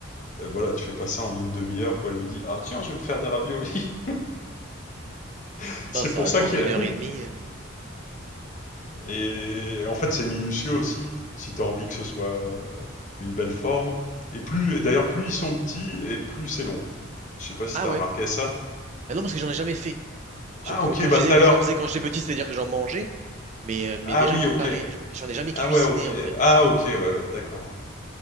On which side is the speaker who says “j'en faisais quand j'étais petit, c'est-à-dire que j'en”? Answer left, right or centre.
Right